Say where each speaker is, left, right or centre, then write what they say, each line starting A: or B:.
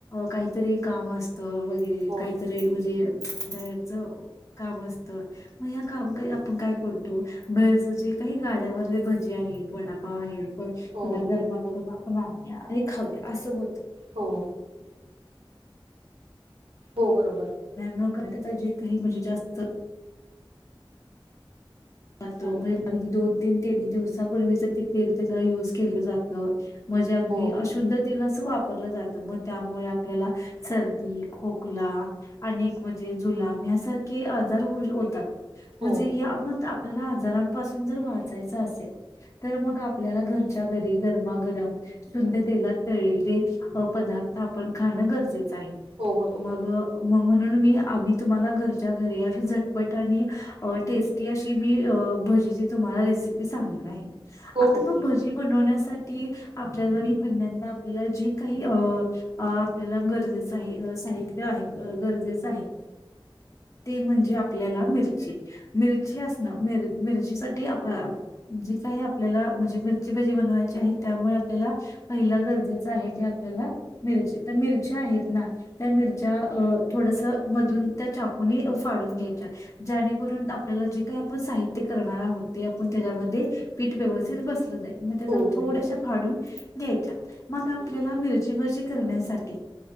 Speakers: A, on the left; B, on the right.
A: काहीतरी काम अस वगैरे
B: हो
A: काहीतरी म्हणजे बाहेरच काम असतं. मग या काम पाई आपण काय करतो. बाहेरच जे काही गाड्यावरले भजे आहेत, वडापाव आहेत त्याला
B: हो
A: गरमागरम आपण आणूया आणि खाऊया असं होत.
B: हो. हो बरोबर.
A: न करता जे काही म्हणजे जास्त ज
B: हो
A: म्हणजे दोन तीन तेन दिवसापूर्वीच ते तेल त्याचा युज केलं जात. मजे अगदी
B: हो
A: अशुद्ध तेल वापरलं जात. मग त्यामुळे आपल्या सर्दी, खोकला अनेक म्हणजे जू लाब या सारखे अजार होऊ होतात. म्हणजे
B: हो
A: आपल्याला आजारांपासून जर वाचायच असेल, तर मग आपल्याला घरच्या घरी गरमागरम शुद्ध तेलात तळलेले पदार्थ आपण खाणं गरजे
B: हो बरोबर
A: मग मग म्हणून मी आम्ही तुम्हाला घरच्या घरी अशी झटपट आणि टेस्टी अशी मी भजीची तुम्हाला रेसिपी सांगणार आहे.
B: हो
A: आता
B: हो
A: मग
B: ठीक
A: भजी बनवण्यासाठी आप आपल्या घरी पहिल्यांदा आपल्याला जे काही अ- आपल्याला गरजेचं आहे, साहित्य आहे. गरजेच आहे, ते म्हणजे आपल्याला मिरची. मिर मिरची असण, मिर मिरची साठी आप जे काय आपल्याला म्हणजे मिरची भजी बनवायची आहे त्यामुळे आपल्याला पहिला गरजेच आहे ते आपल्याला मिरची. तर मिरच्या आहेत ना, त्या मिरच्या अ थोडस मधून त्या चाकूने फाडून घ्यायच्या. ज्यानेकरून आप आपल्याला जे काही आपण साहित्य करणार आहोत ते आपण त्याच्यामध्ये पीठ व्यवस्थित बसलं जाईल. म त्या
B: हो
A: थोड्याश
B: बरोबर
A: फाडून घ्यायच्या. मग आता आपल्याला
B: ओके
A: मिरची भजी करण्यासाठी